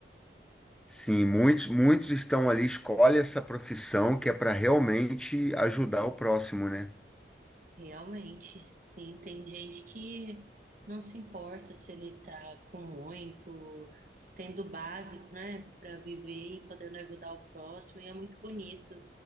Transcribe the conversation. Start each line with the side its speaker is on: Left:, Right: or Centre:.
Centre: Sim, muitos muitos estão ali, escolhe essa profissão que é para realmente ajudar o próximo, né?
Right: Realmente, sim, tem gente que não se importa se ele tá com muito, tendo o básico, né, para viver e podendo ajudar o próximo, e é muito bonito.